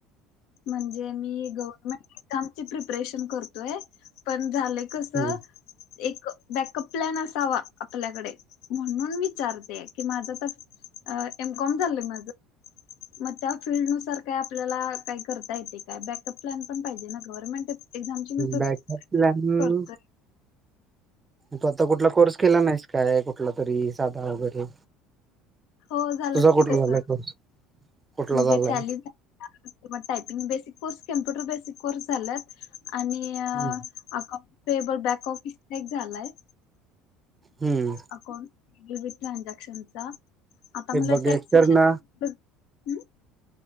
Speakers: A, on the left; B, on the right.
A: म्हणजे मी गव्हर्नमेंट कामची प्रेपरेशन करतोय, पण झाले कस.
B: हम्म
A: एक बॅकअप प्लॅन असावा आपल्याकडे. म्हणून विचारते की माझं तर एम कॉम झालंय माझ. मग त्या फिल्ड नुसार काय आपल्याला काही करता येते काय? बॅकअप प्लॅन पण पाहिजे ना गव्हर्नमेंट एक्झामची <inaudible>
B: बॅकअप प्लॅन
A: करतोय.
B: तू आता कुठला कोर्स केला नाहीस काय, कुठला तरी साधा वगैरे.
A: हो झालं
B: तुझा कुठला
A: की तस
B: झालाय
A: म्हणजे
B: कोर्स? कुठला झालाय
A: Tally typing basic course, computer basic course झालात आणि अकाउंट
B: हम्म
A: पेबल बँक ऑफिस झालाय.
B: हम्म.
A: अकाउंट <inaudible> ट्रानझॅक्शनचा. आता
B: हे
A: म्हटलं
B: बघ
A: टॅक्सेशन
B: एक तर ना
A: <inaudible>